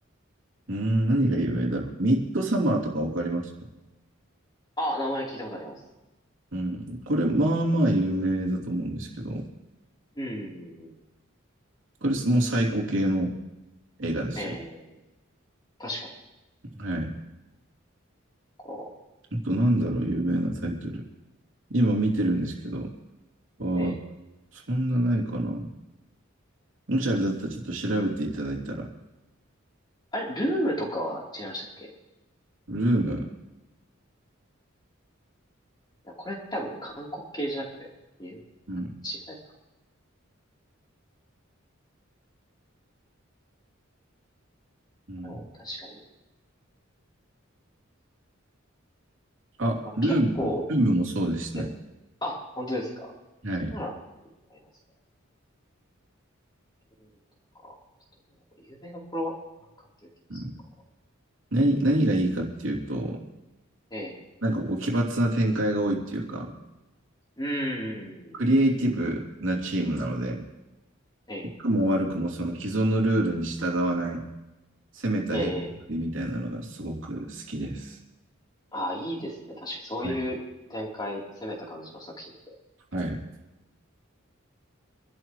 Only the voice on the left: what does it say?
あ、名前聞いたことあります。
うん、うん、うん。
ええ確かに。
こ
う、ええ
あれ、ルームとかは違いましたっけ
これ多分韓国系じゃなくて、いう違う
やつか
な。あの、確かに。
まあ、
結構、
え、あ、本当ですか。
それなら、ありますね。ルールとか、ちょっとなんか有名どころばっかりという気がするから。
ええ。
うーん。
ええ。
ええ。あ、いいですね。確かにそういう展開、
攻めた感じの作品って。